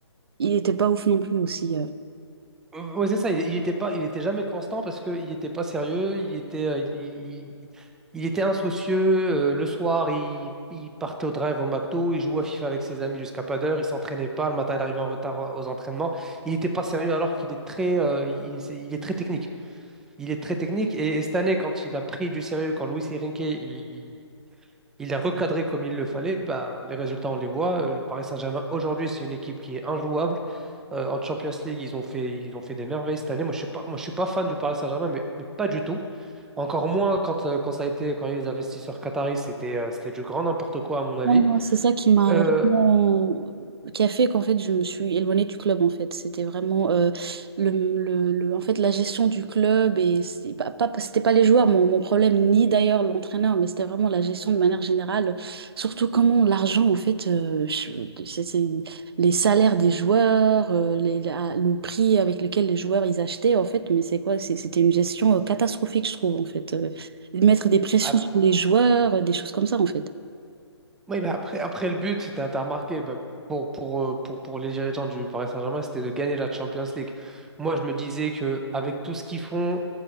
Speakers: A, on the right; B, in the centre.
A: il était pas ouf non plus aussi. euh,
B: Mmh, Ouais, c'est ça. Il, il était pas, il était jamais constant parce qu'il n'était pas sérieux. Il était, euh, il, il- il était insoucieux. euh, le soir, il, il partait au drive au McDo. Il jouait à FIFA avec ses amis jusqu'à pas d'heure. Il s'entraînait pas. Le matin, il arrivait en retard au- aux entraînements. Il n'était pas sérieux alors qu'il est très, euh, il, c'est- il est très technique. Il est très technique. Et, et cette année, quand il a pris du sérieux, quand Luis Enrique, il, il- il l'a recadré comme il le fallait, bah, les résultats, on les voit. Euh, Le Paris Saint-Germain aujourd'hui, c'est une équipe qui est injouable. Euh, en Champions League, ils ont fait, ils ont fait des merveilles cette année. Moi, je suis pas, moi, je suis pas fan du Paris Saint-Germain, mais, mais pas du tout. Encore moins quand, euh, quand ça a été, quand il y a eu les investisseurs qataris, c'était euh, c'était du grand n'importe quoi, à mon avis.
A: Non, non, c'est ça qui m'a
B: Euh,
A: vraiment... qui a fait qu'en fait, je me suis éloignée du club, en fait. C'était vraiment euh, le, le, le- en fait, la gestion du club, et c'était pas, pas, c'était pas les joueurs, mon, mon problème, ni d'ailleurs l'entraîneur, mais c'était vraiment la gestion de manière générale. Surtout comment l'argent, en fait, euh, je- c'est, c'est les salaires des joueurs, euh, les, la- le prix avec lequel les joueurs, ils achetaient, en fait, mais c'est quoi? C'est- C'était une gestion euh, catastrophique, je trouve, en fait. Euh, mettre des pressions
B: ah, bah,
A: sur les joueurs, euh, des choses comme ça, en fait.
B: oui, mais après, après le but, tu as, remarqué, bah, pour, pour, euh, pour, pour les dirigeants du Paris Saint-Germain, c'était de gagner la Champions League. Moi, je me disais que avec tout ce qu'ils font,